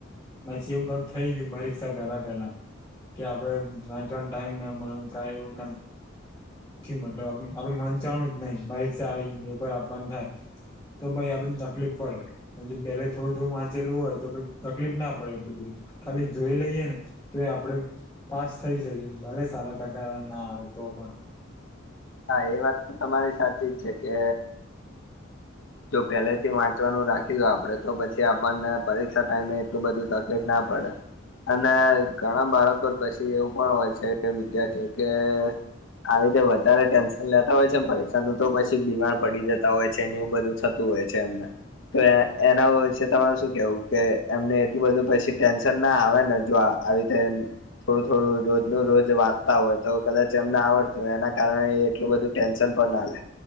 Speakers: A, on the left; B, on the left.
A: માછી એવું થઈ ગયું, બરીકક્ષા પેલા પહેલા કે આપડે નાચવાનું ટાઈમ ના મળે ક એવું ના. મતલબ, આપડે મન ચણવું જ નહી મારીર આપન થાય. તો ભાઈ આપને તકલીફ પડે. પેલે થોડું-થોડું વાંચેલું હોય તો, તકલીફ ના પડે, એટલે બધી ખાલી જોઈ લઈએ ને. તો એ આપડે પાસ થઈ શકી, ભલે સારા ટકાવા ના આવે તો પણ.
B: હા, એ વાત તો તમારી સાચી જ છે કે. જો પહેલેથી વાંચવાનું રાખી દે, આપડે તો પછી આપણને પરીક્ષા ટાઈમે એટલું બધું તકલીફ ના પડે. અને ઘણા બાળકો પછી એવું પણ હોય છે, વિદ્યાર્થી કે આવી રીતે વધારે ટેન્શન લેતા હોય છે, પરીક્ષા તો પછી બીમાર પડી જતા હોય છે ને, એવું બધું. થતું હોય છે, એમને. તો એ એના વિશે તમારે શું કેવું કે, એમને એટલું બધું પછી ટેન્શન ના આવે ને જો આવી રીતે થોડું-થોડું રોજ ન રોજ વાંચતા હોય તો, કદાચ ને આવડતું, એના કારણે એટલું બધું ટેન્શન પણ ના લે